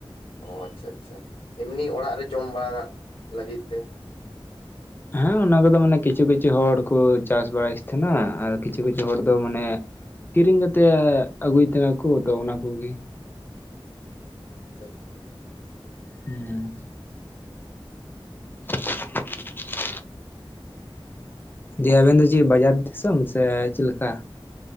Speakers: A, on the left; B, on the left.
A: ᱚ ᱟᱪᱪᱷᱟ ᱟᱪᱪᱷᱟ ᱮᱢᱱᱤ ᱚᱲᱟᱜ ᱨᱮ ᱡᱚᱢ ᱵᱟᱲᱟ ᱞᱟᱹᱜᱤᱫ ᱛᱮ
B: ᱦᱮᱸ ᱚᱱᱟ ᱠᱚᱫᱚ ᱢᱟᱱᱮ ᱠᱤᱪᱷᱩ ᱠᱤᱪᱷᱩ ᱦᱚᱲ ᱠᱚ ᱪᱟᱥ ᱵᱟᱲᱟᱭᱮᱫ ᱛᱟᱦᱮᱱᱟ ᱟᱨ ᱠᱤᱪᱷᱩ ᱠᱤᱪᱷᱩ ᱦᱚᱲ ᱫᱚ ᱢᱟᱱᱮ ᱠᱤᱨᱤᱧ ᱠᱟᱛᱮᱜ ᱟᱹᱜᱩᱭ ᱛᱟᱦᱮ ᱱᱟᱠᱩ ᱟᱫᱚ ᱚᱱᱟ ᱠᱚᱜᱮ
A: ᱚ ᱟᱪᱪᱷᱟ ᱟᱪᱪᱷᱟ
B: ᱦᱮᱸ <unintelligible> ᱫᱤᱭᱮ ᱟᱵᱮᱱ ᱫᱚ ᱪᱮᱫ ᱵᱟᱡᱟᱨ ᱫᱤᱥᱚᱢ ᱥᱮ ᱪᱮᱫ ᱞᱮᱠᱟ